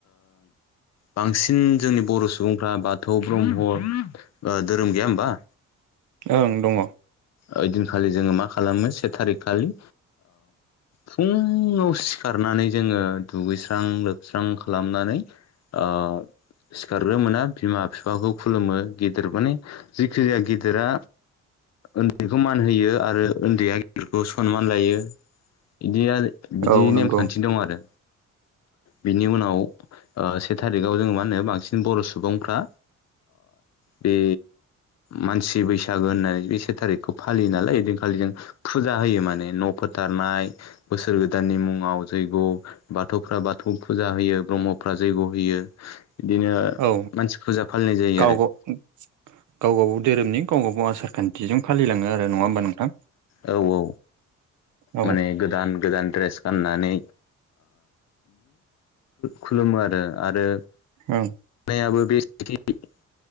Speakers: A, on the left; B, on the right.
A: बांसिन जोंनि बर' सुबुंफ्रा बाथौ ब्रह्म धोरोम गैया होमबा-
B: ओं दं।
A: ओइदिनखालि जोङो मा खालामो से थारिख खालि फुङाव सिखारनानै जोङो दुगैस्रां लोबस्रां खालामनानै ओ सिखारग्रोोना बिमा बिफाखौ खुलुमो गिदिर माने जिेखि जाया गिदिरा उन्दैखौ मान होयो आरो उन्दैया गिदिरखौ सनमान लायो। बिदिया बिदि
B: औ नंगौ
A: नेमखान्थि दं आरो बिनि उनाव से थारिखाव जोो मा होनो बांसिन बर' सुबुंफ्रा बे मानसि बैसा फथागो होननानै बे से थारिखखौ फालियो नालाय ओदिनखालि जों फुजा होयो माने न' फोथारनाय बोसोर गोदाननि मुङाव जैग्य' बाथौफ्रा बाथौ फुजा होयो ब्रह्मफ्रा जैग' होयो। बिदिनो
B: औ
A: मानसि फुजा फालिनाय जायो
B: गाव
A: आरो -
B: गाव गागाव धोरोमनि गाव गागाव आसार खान्थिजों फालिलाङो आरो नङा होमबा नोंथां।
A: औ औ
B: औ
A: माने गोदान गोदान द्रेस गाननानै खुलुमो आरो आरो
B: ओं
A: <inaudible> <unintelligible>